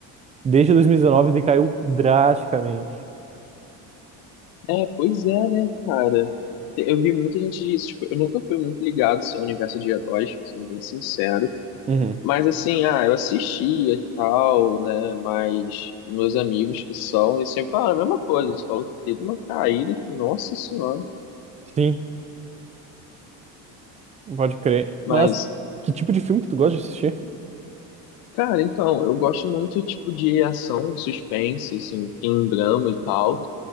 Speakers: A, on the right; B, on the left.
A: desde 2019 decaiu drasticamente.
B: É, pois é, né, cara? Eu vi muita gente disso. Tipo, eu nunca fui muito ligado assim, ao universo de heróis, sendo bem sincero.
A: Uhum.
B: Mas, assim, ah, eu assistia e tal, né? Mas meus amigos que são, eles sempre falam a mesma coisa. Eles falam que teve uma caída que, nossa senhora.
A: Sim, pode crer. Mas
B: Mas
A: que tipo de filme que tu gosta de assistir?
B: Cara, então, eu gosto muito, tipo, de ação, suspense, assim, tem drama e tal.